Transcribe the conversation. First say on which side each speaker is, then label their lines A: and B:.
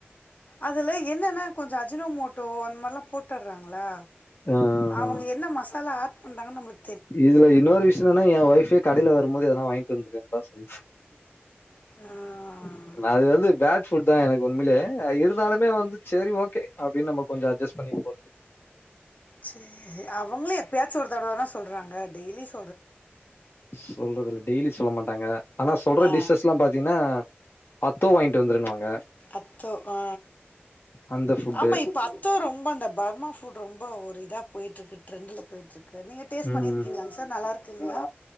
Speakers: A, on the left (about 40°); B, on the left (about 55°).
A: அதுல என்னனா கொஞ்ச அஜினோ மோட்டோ அந்த மார்லா போட்டற்றாங்ளா
B: ஆ
A: அவுங்க
B: ஆ
A: என்ன மசாலா வந்தாங்க நம்முளுக்
B: இதுல இன்னொரு விஷ் என்னனா ஏ ஒய்ஃபே கடைல வருமோது எதானா வாய்ட்டு வந்ருன்னு தா சொல்லி
A: யா
B: நா அது வந்து பேட் ஃபுட் தா எனக்கு உண்மிலே இருந்தாலுமே வந்து சேரி ஓகே அப்டின் நம்ப கொஞ்ச அஜஸ் பண்ணி போற்து
A: சே அவங்களு எப்பயாச்சு ஒரு தடவனா சொல்றாங்க டெய்லி சொ
B: சொல்றதுல்ல டெய்லி சொல்ல மாட்டாங்க ஆனா சொல்ற
A: ஆ
B: டிஷ்ஷஸ்லா பாத்தீங்கனா அத்தோ வாங்கிட்டு வந்துருன்வாங்க
A: அத்தோ ஆ
B: அந்த ஃபுட்டு
A: ஆமா இப்ப அத் த்தோ ரொம்ப அந்த பர்மா ஃபுட் ரொம்ப ஒரு இதா போய்ட்ருக்கு ட்ரெண்ட்டுல போயிட்ருக் கு நீங்க டேஸ்ட்
B: ம்
A: பண்ணிருக்கீங்ளாங்க சார் நல்லா இருக்குங்ளா